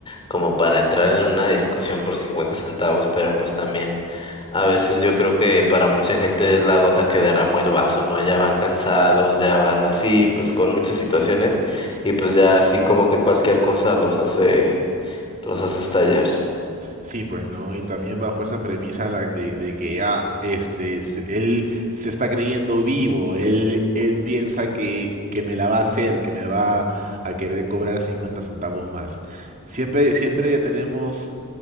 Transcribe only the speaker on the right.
Sí, pues, ¿no? Y también bajo esa premisa la- de, de que, ah, este, se- él se está creyendo vivo, él, él piensa que, que me la va a hacer, que me va a querer cobrar 50 centavos más. Siempre, siempre tenemos